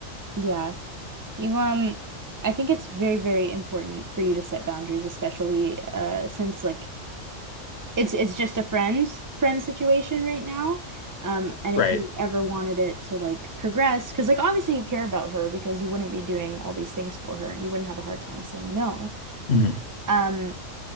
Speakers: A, on the right (about 25°); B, on the left (about 55°).
A: yeah you um I think it's very very important for you to set boundaries especially uh since like It's it's just a friend friend situation right now. Um, and
B: Right.
A: if you ever wanted it to like progress, because like obviously you care about her because you wouldn't be doing all these things for her and you wouldn't have a hard time saying no.
B: hmm You
A: Um,